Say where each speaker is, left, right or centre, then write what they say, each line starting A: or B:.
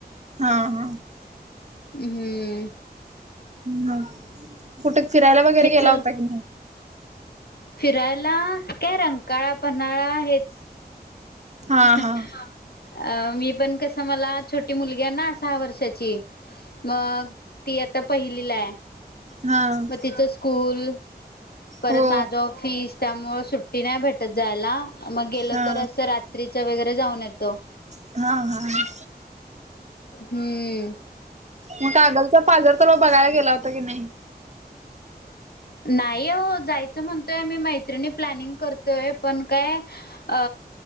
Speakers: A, on the right (about 45°); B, on the left (about 70°).
A: हा हा.
B: हम्म.
A: ह कुठे फिरायला वगैरे
B: इचल
A: गेला होता की नाही.
B: फिरायला काय रंकाळा पन्हाळा हेच
A: हा
B: अ
A: हा
B: मी पण कसं मला छोटी मुलगी आहे ना सहा वर्षाची मग ती आता पहिलीला हाय.
A: हां.
B: मग तिचं स्कूल. परत
A: हो
B: माझं ऑफिस त्यामुळे सुट्टी नाही भेटत जायला मग गेलं
A: हा
B: तर असं रात्र त्रीच वगैरे जाऊन येतो.
A: <unintelligible> हा हा.
B: हम्म.
A: मग कागलचा पाजर तलाव बघायला गेला होता की नाही?
B: नाही अहो जायचं म्हणतोय आम्ही मैत्रिणी प्लॅनिंग करतोय पण काय अ